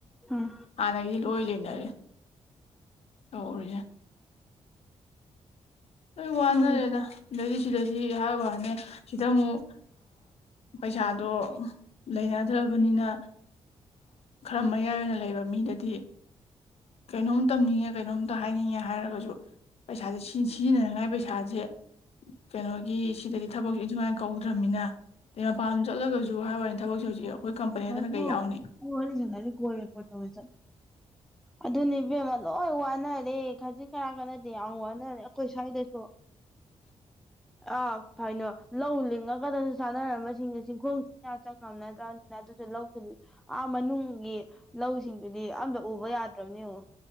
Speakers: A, in the centre; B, on the left (about 60°).
A: ꯎꯝ
B: ꯍꯥꯟꯅꯒꯤꯗꯤ ꯂꯣꯏ ꯂꯩꯅꯔꯦ ꯇꯧꯔꯤꯁꯦ ꯂꯣꯏ ꯋꯥꯅꯔꯦꯗ
A: ꯈꯪ
B: ꯑꯗꯩꯗꯤ ꯁꯤꯗꯗꯤ ꯏꯍ ꯋꯥꯅꯦ ꯁꯤꯗ ꯑꯃꯨꯛ ꯄꯩꯁꯥꯗꯣ ꯂꯩꯅꯗ꯭ꯔꯕꯅꯤꯅ ꯈꯔ ꯃꯌꯥꯏ ꯑꯣꯏꯅ ꯂꯩꯕ ꯃꯤꯗꯗꯤ ꯀꯩꯅꯣꯝ ꯇꯝꯅꯤꯡꯉꯦ ꯀꯩꯅꯣꯝꯇ ꯍꯥꯏꯅꯤꯡꯉꯦ ꯍꯥꯏꯔꯒꯁꯨ ꯄꯩꯁꯥꯥꯁꯦ ꯁꯤ ꯁꯤꯖꯤꯟꯅꯅꯤꯉꯥꯏ ꯄꯩꯁꯥꯁꯦ ꯀꯩꯅꯣꯒꯤ ꯁꯤꯗꯗꯤ ꯊꯕꯛꯁꯨ ꯑꯗꯨ ꯑꯗꯨꯃꯥꯏꯅ ꯀꯧꯗ꯭ꯔꯃꯤꯅ ꯑꯗꯩ ꯃꯄꯥꯟ ꯆꯠꯂꯒꯁꯨ ꯍꯥꯏꯔꯅꯤꯅꯦ ꯊꯕꯛꯁꯦ ꯍꯧꯖꯤꯛ ꯑꯩꯈꯣꯏ ꯀꯝꯄꯅꯤꯗꯅ
A: ꯍ ꯍꯣ
B: ꯀꯩ ꯌꯥꯎꯅꯤ
A: ꯍ ꯋꯥꯔꯤꯅꯤ ꯅꯗꯤ ꯀꯣꯜ ꯄꯠꯇ ꯑꯣꯏ ꯆꯠ ꯑꯗꯨꯅꯦ ꯏꯕꯦꯝꯃ ꯂꯣꯏ ꯋꯥꯅꯔꯦ ꯈꯖꯤꯛ ꯈꯅꯥ ꯀꯥꯟꯅꯗꯦ ꯌꯥꯝ ꯋꯥꯅꯔꯦ ꯑꯩꯈꯣꯏ ꯁ꯭ꯋꯥꯏꯗꯁꯨ
B: <inaudible>
A: ꯑꯥ ꯐꯩꯅꯣ ꯂꯧ ꯂꯤꯡꯉꯒꯗꯁꯨ ꯆꯥꯟꯅꯔꯝꯕꯁꯤꯡꯁ ꯆꯤꯡꯈꯣꯡ ꯆ ꯆꯪꯉꯝꯅꯗ꯭ꯔꯅꯤꯅ ꯂꯧ ꯑꯥ ꯃꯅꯨꯡꯒꯤ ꯂꯧꯁꯤꯡꯗꯨꯗꯤ ꯑꯝꯇ ꯎꯕ ꯌꯥꯗ꯭ꯔꯕꯅꯦꯉ